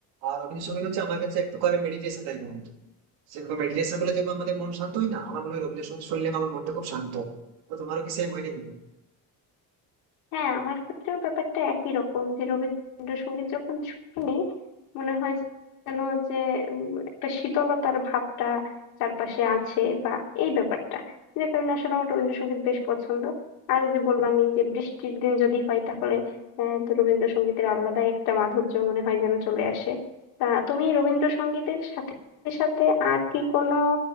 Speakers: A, on the right; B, on the left.
A: আর রবীন্দ্রসঙ্গীত হচ্ছে আমার কাছে এক প্রকারের মেডিটেশন টাইপের মতো সেরকম মেডিটেশন করলে যেমন আমাদের মন শান্ত হয় না আমার মনে হয় রবীন্দ্রসঙ্গীত শুনলে আমার মনটা খুব শান্ত হয়। তো তোমারও কি সেম হয় নাকি
B: হ্যাঁ আমার ক্ষেত্রেও ব্যাপারটা একই রকম যে রবীন্দ্রসঙ্গীত যখন শুনি মনে হয় যেন যে উম, একটা শীতলতার ভাবটা চারপাশে আছে বা এই ব্যাপারটা যে কারণে আসলে আমার রবীন্দ্রসঙ্গীত বেশ পছন্দ আর এই যে বললাম এই যে বৃষ্টির দিন যদি হয় তাহলে আহ, তো রবীন্দ্রসঙ্গীতের আলাদাই একটা মাধুর্য মনে হয় যেন চলে আসে তা তুমি রবীন্দ্রসঙ্গীতের সাথে সাথে আর কি কোনো